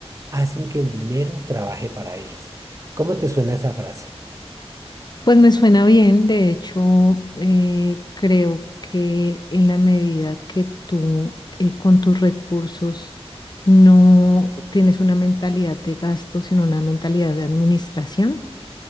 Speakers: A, on the right (about 30°); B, on the left (about 40°).
A: hacen que el dinero trabaje para ellos. ¿Cómo te suena esa frase?
B: Pues me suena bien, de hecho, eh, creo que en la medida que tú eh, con tus recursos no tienes una mentalidad de gasto, sino una mentalidad de administración,